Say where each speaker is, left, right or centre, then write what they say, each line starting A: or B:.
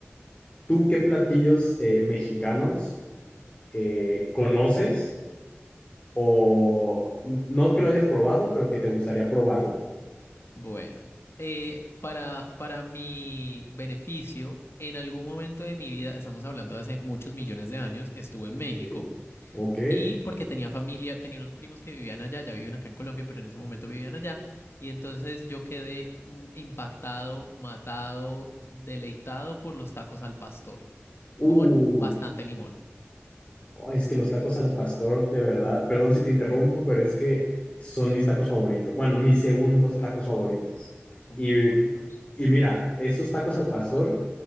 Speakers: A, on the left (about 30°); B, on the left (about 65°).
A: ¿tú qué platillos eh, mexicanos eh, conoces o no que lo hayas probado, pero que te gustaría probarlo?
B: Bueno, eh, para, para mi beneficio, en algún momento de mi vida, estamos hablando de hace muchos millones de años, estuve en
A: Ok.
B: México
A: Ok.
B: y porque tenía familia, tenía unos primos que vivían allá, ya viven acá en Colombia, pero en ese momento vivían allá, y entonces yo quedé mm, impactado, matado, deleitado por los tacos al pastor, con
A: Uy.
B: bastante limón.
A: Ay, es que los tacos al pastor, de verdad, perdón si te interrumpo, pero es que son mis tacos favoritos. Bueno,
B: Ay,
A: mis
B: son
A: segundos
B: muy buenos.
A: tacos favoritos.
B: Son
A: Y,
B: muy buenos.
A: y mira, estos tacos al pastor